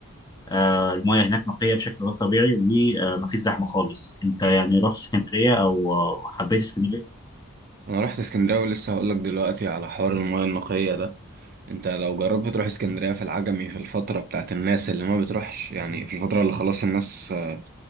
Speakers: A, on the left; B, on the right.
A: آه، المياه هناك نقية بشكل غير طبيعي ومفيش زحمة خالص انت يعني
B: مم.
A: رحت اسكندرية او آه، حبيت اسكندرية
B: انا رحت اسكندريه ولسه هقول لك دلوقتي على حوار المياه النقيه ده انت لو جربت تروح اسكندرية في العجمي في الفترة بتاعت الناس اللي ما بتروحش يعني في الفترة اللي خلاص الناس آه،